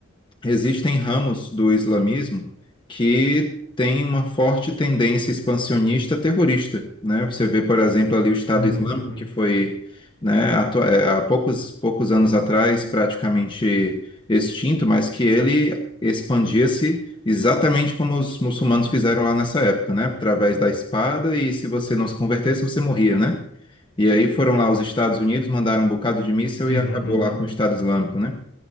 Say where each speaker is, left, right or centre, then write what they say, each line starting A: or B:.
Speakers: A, on the left; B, on the left.
A: existem ramos do islamismo que têm uma forte tendência expansionista terrorista, né? Você vê, por exemplo, ali o Estado
B: Uhum,
A: Islâmico,
B: uhum,
A: que foi, né, atua- eh, há poucos, poucos anos atrás praticamente extinto, mas que ele expandia-se exatamente como os muçulmanos fizeram lá nessa época, né? Através da espada e se você não se convertesse, você morria, né? E aí foram lá os Estados Unidos, mandaram um bocado de míssil
B: uhum,
A: e acabou
B: uhum.
A: lá com o Estado Islâmico, né?